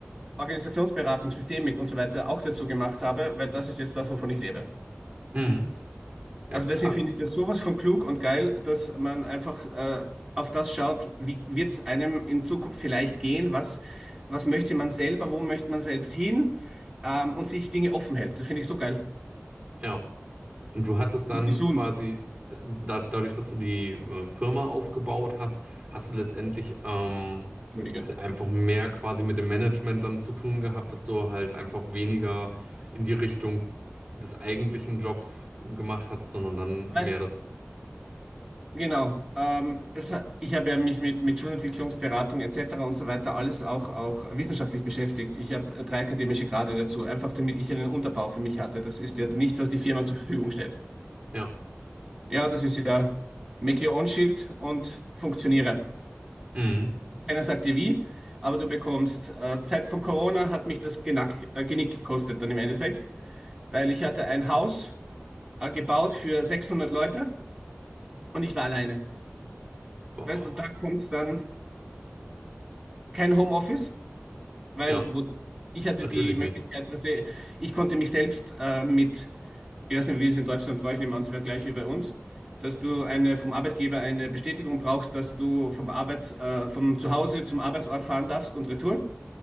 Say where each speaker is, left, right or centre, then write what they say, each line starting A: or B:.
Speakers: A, on the right (about 20°); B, on the right (about 35°).
A: Organisationsberatung, Systemik und so weiter auch dazu gemacht habe, weil das ist jetzt das, wovon ich lebe.
B: Mhm. Ja,
A: Also
B: krass.
A: deswegen finde ich das sowas von klug und geil, dass man einfach äh, auf das schaut, wie wird es einem in Zukunft vielleicht gehen, was, was möchte man selber, wo möchte man selbst hin ähm, und sich Dinge offen hält. Das finde ich so geil
B: Ja. Und du hattest dann
A: und gesund.
B: quasi, da, dadurch, dass du die äh, Firma aufgebaut hast, hast du letztendlich ähm,
A: Entschuldige.
B: halt einfach mehr quasi mit dem Management dann zu tun gehabt, dass du halt einfach weniger in die Richtung des eigentlichen Jobs gemacht hattest, sondern dann mehr
A: Weißt,
B: das.
A: genau. Ähm, es, hat- ich habe ja mich mit, mit Schulentwicklungsberatung etc. und so weiter alles auch, auch wissenschaftlich beschäftigt. Ich habe äh, drei akademische Grade dazu, einfach damit ich einen Unterbau für mich hatte. Das ist ja nichts, was die Firma zur Verfügung stellt.
B: Ja.
A: Ja, das ist ja make your own shit und funktioniere.
B: Mhm.
A: Keiner sagt dir wie, aber du bekommst, äh, Zeit von Corona hat mich das Genack, äh, Genick gekostet dann im Endeffekt, weil ich hatte ein Haus, äh, gebaut für 600 Leute und ich war alleine.
B: Boah.
A: Weißt, und da kommt dann kein Homeoffice, weil
B: Ja,
A: wo, ich hatte
B: natürlich
A: die Möglichkeit,
B: nicht.
A: weißt du, ich konnte mich selbst, äh, mit ich weiß nicht, wie es in Deutschland war, ich nehme an, es wäre gleich wie bei uns, dass du eine vom Arbeitgeber eine Bestätigung brauchst, dass du vom Arbeits, äh, vom Zuhause zum Arbeitsort fahren darfst und retour